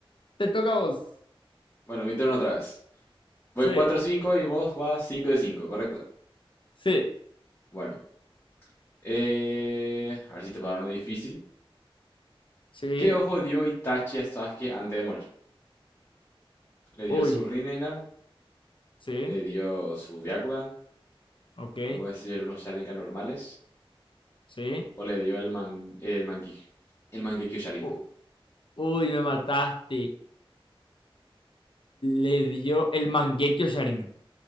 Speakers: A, on the left; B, on the left.
A: te toca a vos.
B: Bueno, mi turno otra vez. Voy
A: Sí,
B: 4 cinco y vos vas 5 de 5, ¿correcto?
A: sí,
B: Bueno. eh, a ver si te puedo dar uno difícil.
A: sí.
B: ¿Qué ojo dio Itachi a Sasuke antes de morir? Le dio
A: Uy,
B: su Rinnegan,
A: sí,
B: le dio su Byakugan,
A: ok,
B: vamos a decir unos Sharingan normales,
A: sí.
B: o le dio el, man, el Mangekyo. El Mangekyo Sharingan.
A: U- uy, me mataste. Le dio el Mangekyo Sharingan.